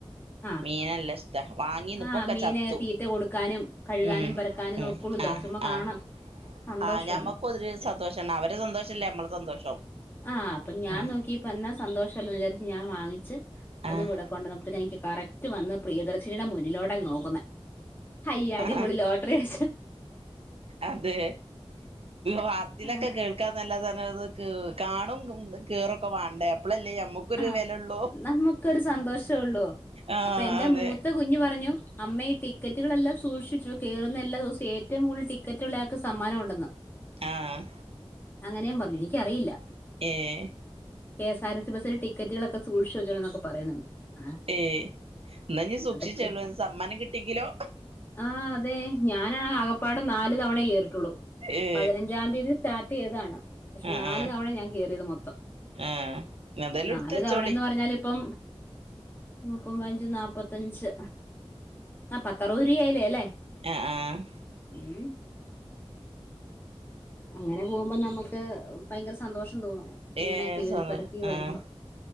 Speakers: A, on the left; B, on the right.
A: ആഹ്
B: മീൻ നല്ല ഇഷ്ടാ വാങ്ങീന്ന്
A: ആഹ്
B: ഇപ്പൊക്കെ
A: മീന്
B: ചത്തു
A: തീറ്റ കൊടുക്കാനും കഴുകാനും
B: ഉം
A: പറക്കാനും നോക്കു
B: ഉം
A: ല്ലോ
B: ആഹ്
A: ചുമ്മാ കാണാ
B: ആഹ്
A: സന്തോഷവല്ലേ
B: ആഹ് ഞമ്മക്കൊരു സന്തോഷാണ് അവരെ സന്തോഷല്ലേ നമ്മള സന്തോഷം.
A: ആഹ് അപ്പൊ ഞാൻ
B: ആഹ്
A: നോക്കിപ്പോ എന്നാ സന്തോഷല്ലേന്ന് വിചാരിച്ച് ഞാൻ വാങ്ങിച്ച്, അത്
B: ആഹ്
A: ഇവടെ കൊണ്ടെന്നപ്പഴത്തേനും <unintelligible> കറക്റ്റ് വന്ന് പ്രിയദർശിനിയുടെ മുന്നിലോടാ നോക്കുന്നെ ഹയ്യ് അടിപൊളി
B: ആഹ്
A: ലോട്ടറി അടി
B: അതെ വാർത്തയിലൊക്കെ
A: ആഹ്
B: കേൾക്കാന്നല്ലാതെ കാണും കേറൊക്കെ വാണ്ടേ അപ്പഴല്ലേ <unintelligible> നമ്മുക്കൊരു
A: ആഹ്
B: വെലള്ളൂ
A: നമുക്കൊരു സന്തോഷേ ഉള്ളൂ
B: ആഹ്
A: അപ്പൊ എന്റെ
B: അതെ
A: മൂത്ത കുഞ്ഞ് പറഞ്ഞു അമ്മേ ഈ ടിക്കറ്റുകളെല്ലാം സൂക്ഷിച്ചൊ, കേറുന്ന എല്ലാ ദിവസവും ഏറ്റവും കൂടുതല് ടിക്കറ്റുള്ളയാക്ക് സമ്മാനൊണ്ടെന്ന്.
B: ആഹ്
A: അങ്ങനെം പറഞ്ഞു എനിക്കറിയില്ല
B: ഏയ്
A: കെ എസ് ആർ റ്റ് ബസിൽ ടിക്കറ്റുകളൊക്കെ സൂക്ഷ്ച്ച് വെച്ചോണൊന്നൊക്കെ പറയുന്നു ആഹ്
B: ഏ ന്നഞ്ഞ് സൂക്ഷിച്ചോളൂ
A: അതൊക്കെ
B: സമ്മാനം കിട്ടിയെങ്കിലോ
A: ആഹ് അതെ ഞാനാ ആകപ്പാടെ നാല് തവണ കേറിട്ടൊള്ളൂ
B: ഏ
A: പതിനഞ്ചാം തിയതി സ്റ്റാർട്ടെയ്താണ് പക്ഷെ
B: ആഹ്
A: നാല്
B: ആഹ്
A: തവണ ഞാൻ കേയറിയത് മൊത്തം
B: ആഹ് ഏതായാലും
A: നാല്
B: എടുത്ത് വെച്ചോളി
A: തവണേന്ന് പറഞ്ഞാല് ഇപ്പം <unintelligible> നാപത്തഞ്ച് ആ പത്തറുപത് രൂപായല്ലേ അല്ലേ
B: ആഹ് ആഹ്
A: ഉം അങ്ങനെ പോകുമ്പോ നമ്ക്ക് ഭയങ്കര സന്തോഷം തോന്നും ഇങ്ങനെ
B: ഏ
A: കേറിപ്പറക്കി
B: സ
A: വര്മ്പോ
B: ആഹ്